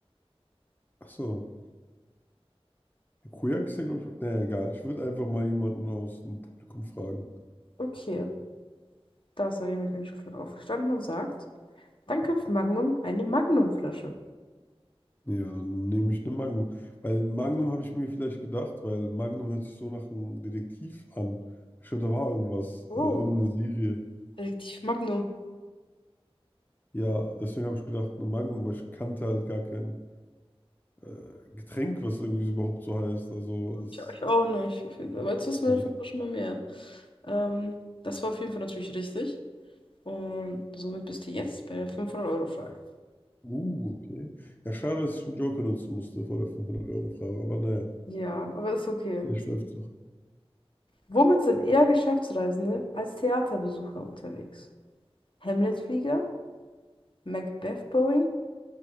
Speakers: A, on the left; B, on the left.
A: Ach so, Cognac ist ja, glaube ich. Naja, egal. Ich würde einfach mal jemanden aus dem Publikum fragen.
B: Okay, da ist er mit dem Schiffler aufgestanden und sagt, dann köpft Magnum eine Magnumflasche.
A: Ja, dann nehme ich eine Magnum. Weil Magnum habe ich mir vielleicht gedacht, weil Magnum hört sich so nach einem Detektiv an. Ich glaube, da war irgendwas,
B: Oh,
A: äh, irgendeine Serie.
B: Detektiv Magnum.
A: Ja, deswegen habe ich gedacht, eine Magnum, aber ich kannte halt gar kein äh, Getränk, was irgendwie so überhaupt so heißt. Also das.
B: Ich, ich auch nicht. Auf jeden Fall. Aber jetzt wissen wir
A: ja.
B: auf jeden Fall schon mal mehr. Ähm, das war auf jeden Fall natürlich richtig. Und somit bist du jetzt bei der fünfhundert euro frage
A: Uh, okay. Ja, schade, dass ich einen Joker nutzen musste vor der 500-Euro-Frage, aber naja,
B: Ja, aber ist okay.
A: vielleicht läuft's noch.
B: Womit sind eher Geschäftsreisende als Theaterbesucher unterwegs? Hamlet-Flieger, Macbeth-Boeing,